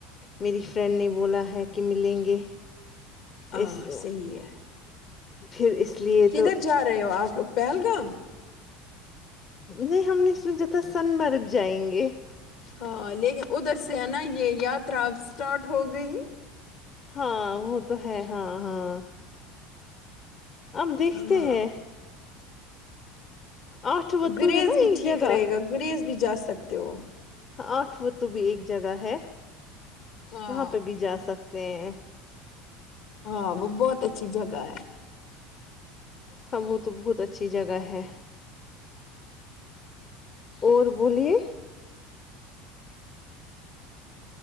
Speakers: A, on the left; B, on the left.
A: میری فرینڈ نے بولا ہے کہ ملیں گے
B: آ
A: اس
B: صحی ہے
A: پھر اس لیے
B: کدھر
A: تو
B: جا رہے ہو آپ لوگ پہلگام
A: نہیں ہم نے میں جت سنمرگ جائیں گے
B: ہاں لیکن ادھر سے ہے نا یہ یاترا اب اسٹارٹ ہو گئی
A: ہاں وہ تو ہے ہاں ہاں اب دیکھتے
B: ہاں
A: ہیں آٹھ وتو
B: گریز
A: ہے نا
B: بھی
A: ایک
B: ٹھیک
A: جگہ
B: رہے گا گریز بھی جا سکتے ہو
A: ہاں آٹھ وہ تو بھی ایک جگہ ہے
B: ہاں
A: وہاں پہ بھی جا سکتے ہیں
B: ہاں وہ بہت اچھی جگہ ہے
A: ہم وہ تو بہت اچھی جگہ ہے اور بولیے